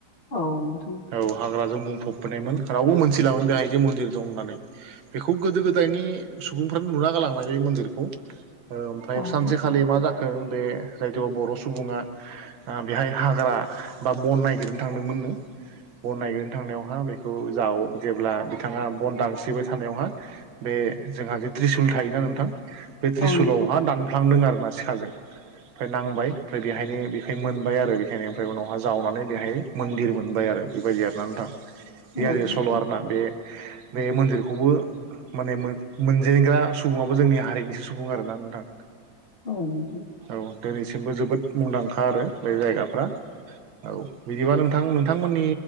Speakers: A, on the left (about 40°); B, on the right (about 75°).
A: औ नोंथां
B: औ हाग्राजों बुंफबायमोन रावबो मोनथिलामोन बेहाय जे मन्दिर दं होननानै बेखौ गोदो गोदायनि सुबुंफ्रानो लुना गालांनाय बे मनदिरखौ ओमफ्राय
A: औ
B: सानसेखालि
A: नोंथां
B: मा जा खो बे बर' सुबुङा बेहाय हाग्रा बा बन नागिरनो थांदोंमोन नो बन नागिरनो थांनायावहा बेखौ जा जेब्ला बिथाङा बन दानस्रिबाय थानायावहा बे जोंहा जे त्रिसुल थायोना नोंथां बे त्रिसुलावहा
A: औ नोंथां औ नोंथां औ नोंथां औ नोंथां औ नोंथां औ नोंथां औ
B: दानफ्लांदों आरोना सिखाजों ओमफ्राय नांबाय बेहायनो बेखायनो मोनबाय आरो बेखायनो ओमफ्राय उनावहा जावनानै बेहाय मन्दिर मोनबाय आरो बेबायदि आरोना नोंथां
A: <inaudible>
B: थां आरोना
A: नोंथां
B: सल' आरोना बे बे मन्दिरखौबो माने मोनजेनग्रा सुबुाबो जोंनि हारिनिसो सुबुं आरोना नोंथां
A: औ नोंथां
B: औ दिनैसिमबो जोबोद मुंदांखा आरो बे जायगाफ्रा औ बिदिबा नों नोंथां नोंथांमोननि